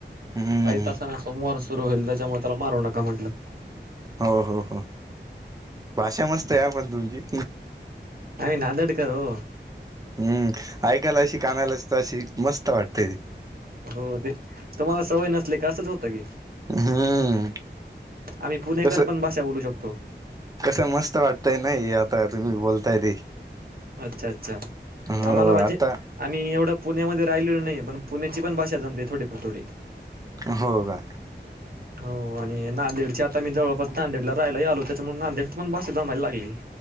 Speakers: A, on the right; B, on the right.
A: हम्म
B: काही तासाने सोमवार सुरू होईल त्याच्यामुळे त्याला मारू नका म्हटलं
A: हो हो हो भाषा मस्त आहे पण तुमची
B: आम्ही नांदेडकर ओ
A: हम्म ऐकायला अशी कानाला अशी मस्त वाटते ती.
B: हो ते तुम्हाला सवय नसले असाच होतं की
A: हम्म
B: आम्ही पुणेकर
A: कसं
B: पण भाषा बोलू शकतो
A: कसं मस्त वाटतय नाही आता तुम्ही बोलताय ते
B: अच्छा अच्छा
A: हो
B: आम्हाला म्हणजे
A: आता
B: आम्ही एवढं पुण्यामध्ये राहिलो नाही पण पुण्याची पण भाषा जणते थोडीफ थोडी.
A: हो का?
B: हो आणि नांदेडची आता मी जवळपास नांदेडला राहायला आलो त्याच्यामुळे नांदेडची पण भाषा जमायला लागली.